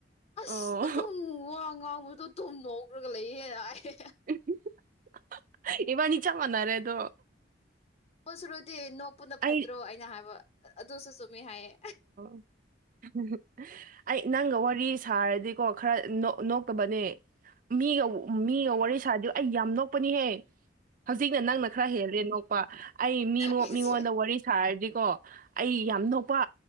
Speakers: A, on the left; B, on the right.
A: ꯑꯁ
B: ꯑꯣ
A: ꯑꯗꯨꯝ ꯋꯥ ꯉꯥꯡꯕꯗꯣ ꯑꯗꯨꯨꯝ ꯅꯣꯛꯈ꯭ꯔꯒ ꯂꯩꯌꯦ ꯍꯥꯢꯌꯦ
B: <unintelligible> ꯏꯕꯅꯤ ꯆꯞ ꯃꯥꯟꯅꯔꯦ ꯑꯗꯣ
A: ꯑꯣ ꯁꯨꯔꯨꯗꯤ ꯅꯣꯛꯄꯅ
B: ꯑꯩ
A: ꯐꯠꯇ꯭ꯔꯣ ꯑꯩꯅ ꯍꯥꯢꯕ ꯑꯗꯨꯁꯨ ꯆꯨꯝꯃꯤ ꯍꯥꯢꯌꯦ
B: ꯍꯨꯝ ꯍꯨꯝ ꯑꯩ ꯅꯪꯒ ꯋꯥꯔꯤ ꯁꯥꯔꯗꯤꯀꯣ ꯈꯔ ꯅꯣꯛ ꯅꯣꯛꯇꯕꯅꯦ ꯃꯤꯒ ꯃꯤꯒ ꯋꯥꯔꯤ ꯁꯥꯗꯤ ꯑꯩ ꯌꯥꯝ ꯅꯣꯛꯄꯅꯤꯍꯦ ꯍꯧꯖꯤꯛꯅ ꯅꯪꯅ ꯈꯔ ꯍꯦꯜꯂꯦ ꯅꯣꯛꯄ ꯑꯩ ꯃꯤꯃꯣ
A: ꯑꯩꯁꯦ
B: ꯃꯤꯉꯣꯟꯗ ꯋꯥꯔꯤ ꯁꯥꯔꯗꯤꯀꯣ ꯑꯩ ꯌꯥꯝ ꯅꯣꯛꯄ